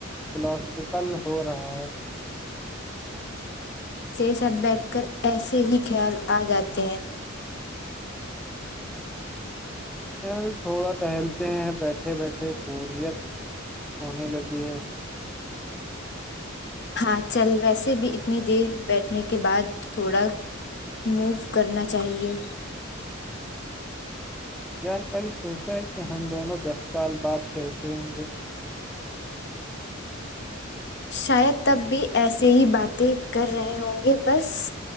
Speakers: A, in the centre; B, on the left (about 55°).
A: فلاسفیکل ہو رہا ہے
B: تیرے ساتھ بیٹھ کر ایسے ہی خیال آ جاتے ہیں
A: سر تھوڑا ٹہلتے ہیں بیٹھے بیٹھے بوریت ہونے لگی ہے
B: ہاں چل ویسے بھی اتنی دیر بیٹھنے کے بعد تھوڑا موو کرنا چاہیے
A: یار پہلے سوچا ہے کہ ہم دونوں دس سال بعد پسے ہوں گے
B: شاید تب بھی ایسے ہی باتیں کر رہے ہوں گے بس